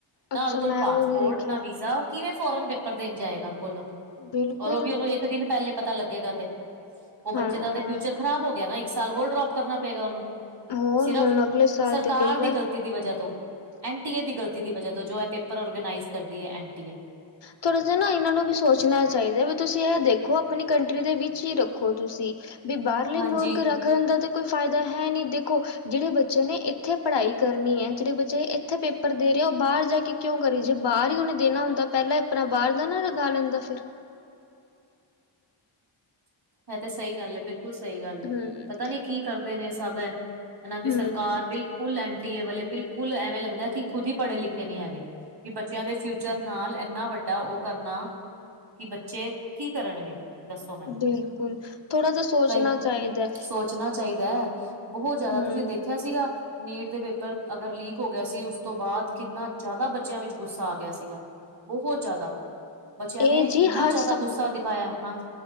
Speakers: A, on the right; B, on the left.
A: ਨਾ
B: ਅੱਛਾ
A: ਉਹਦੇ ਕੋਲ
B: ਮੈਂ
A: ਪਾਸਪੋਰਟ,
B: ਉਹ ਨੀ ਦੇਖਿਆ
A: ਨਾ ਵੀਜ਼ਾ, ਉਹ ਕਿਵੇਂ ਫੋਰਨ ਪੇਪਰ ਦੇਣ ਜਾਏਗਾ? ਬੋਲੋ?
B: ਬਿਲਕੁਲ
A: ਔਰ ਉਹ ਵੀ ਉਹਨੂੰ ਇੱਕ ਦਿਨ ਪਹਿਲੇ ਪਤਾ ਲੱਗੇਗਾ ਤੇ, ਉਹ ਬੱਚੇ
B: ਹਾਂ
A: ਦਾ ਤੇ ਫਿਊਚਰ ਖ਼ਰਾਬ ਹੋ ਗਿਆ ਨਾ, ਇੱਕ ਸਾਲ ਹੋਰ ਡਰੋਪ ਕਰਨਾ ਪਏਗਾ ਉਹਨੂੰ,
B: ਹੋਰ
A: ਸਿਰਫ
B: ਹੁਣ ਅਗਲੇ ਸਾਲ
A: ਸਰਕਾਰ
B: ਤੇ ਗਈ
A: ਦੀ
B: ਗੱਲ
A: ਗਲ ਦੀ ਵਜਾਹ ਤੋਂ, ਐਨ ਟੀ ਏ ਦੀ ਗਲਤੀ ਦੀ ਵਜ੍ਹਾ ਤੋਂ, ਜੋ ਐ ਪੇਪਰ ਓਰਗਨਾਈਜ਼ ਕਰਦੀ ਏ, ਐਨ ਟੀ ਏ।
B: ਥੋੜਾ ਜਿਆ ਨਾ ਇਹਨਾਂ ਨੂੰ ਵੀ ਸੋਚਣਾ ਚਾਹੀਦਾ, ਵੀ ਤੁਸੀਂ ਏਹ ਦੇਖੋ, ਆਪਣੀ ਕੰਟਰੀ ਦੇ ਵਿੱਚ ਈ ਰੱਖੋ‌ ਤੁਸੀਂ। ਵੀ ਬਾਹਰਲੇ
A: ਹਾਂਜੀ
B: ਮੁਲਕ ਰੱਖਣ ਦਾਂ ਤੇ ਕੋਈ ਫਾਇਦਾ ਹੈ ਨਹੀਂ। ਦੇਖੋ ਜੇਹੜੇ ਬੱਚੇ ਨੇ ਏਥੇ ਪੜ੍ਹਾਈ ਕਰਨੀ ਐ, ਜੇਹੜੇ ਬੱਚੇ ਨੇ ਇੱਥੇ ਪੇਪਰ ਦੇ ਰਏ ਏ, ਉਹ ਬਾਹਰ ਜਾ ਕੇ ਕਿਉਂ ਕਰੀ ਜੇ ਬਾਅਰ ਹੀ ਉਹਨੇ ਦੇਣਾ ਹੁੰਦਾ, ਪਹਿਲੇ ਹੀ ਆਪਣਾ ਬਾਹਰ ਦਾ ਨਾ ਲਗਾ ਲੈਂਦਾ ਫਿਰ?
A: ਏਹ ਤੇ ਸਈ ਗੱਲ ਏ, ਬਿਲਕੁਲ ਸਈ ਗੱਲ ਏ,
B: ਹਮ
A: ਪਤਾ ਨੀ ਕੀ ਕਰਦੇ ਨੇ, ਇਹ ਸਭ ਏ? ਇਹਨਾਂ ਦੀ
B: ਹਮ
A: ਸਰਕਾਰ, ਬਿਲਕੁਲ ਐਨ ਟੀ ਏ ਵਾਲੇ, ਬਿਲਕੁਲ ਐਵੇਂ ਲੱਗਦਾ ਕਿ ਖੁਦ ਈ ਪੜ੍ਹੇ ਲਿਖੇ ਨਹੀਂ ਹੈਗੇ। ਕਿ ਬੱਚਿਆਂ ਦੇ ਫਿਊਚਰ ਨਾਲ, ਏਨਾ ਵੱਡਾ ਉਹ ਕਰਨਾ ਕੀ ਬੱਚੇ, ਕੀ ਕਰਨਗੇ? ਦੱਸੋ ਮੈਨੂੰ?
B: ਬਿਲਕੁਲ। ਥੋੜਾ ਜਿਆ ਸੋਚਣਾ
A: ਕਈ
B: ਚਾਹੀਦਾ।
A: ਸੋਚਣਾ ਚਾਹੀਦਾ ਏ, ਬਹੋਤ ਜ਼ਿਆਦਾ,
B: ਹਮ
A: ਤੁਸੀਂ ਦੇਖਿਆ ਸੀਗਾ ਨੀਟ ਦੇ ਪੇਪਰ, ਅਗਰ ਲੀਕ ਹੋ ਗਿਆ ਸੀ, ਉਸ ਤੋਂ ਬਾਅਦ, ਕਿੰਨਾ ਜ਼ਿਆਦਾ ਬੱਚਿਆਂ ਵਿੱਚ ਗੁੱਸਾ ਆ ਗਿਆ ਸੀਗਾ। ਬਹੋਤ ਜ਼ਿਆਦਾ, ਬੱਚਿਆਂ
B: ਇਹ
A: ਨੇ
B: ਜੀ
A: ਇੰਨਾ
B: ਹਰ
A: ਜ਼ਿਆਦਾ ਗੁੱਸਾ ਦਿਖਾਇਆ, ਹਾਂ।